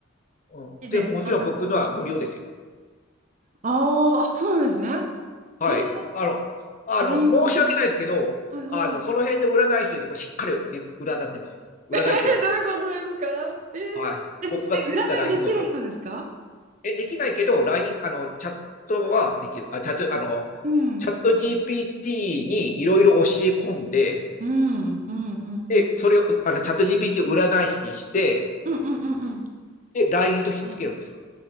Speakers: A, on the left; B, on the right.
A: うん。
B: 以前使ったことがある。
A: で、もちろん僕のは無料ですよ。
B: あーあ、そうなんですね。
A: はい。
B: へえ、
A: あの、あの、
B: LINE がわかんないかな。
A: 申し訳ないですけど、
B: はいはい。
A: あの、その辺で占い師よりもしっかり、ね、占ってますよ。占いてます。
B: え、どういうことですかえ
A: はい。
B: ー、え、
A: 僕が作った LINE
B: 占いできる人ですか
A: ボット。え、できないけど、LINE、あの、チャットはできる。あ、チャット、あの、
B: うん。
A: チャット GPT にいろいろ教え込んで、
B: うん、うん、うん、
A: で、
B: うん。
A: それを、あの、チャット GPT を占い師にして、
B: うん、うん、うん、うん。
A: で、LINE とひっつけるんですよ。
B: うん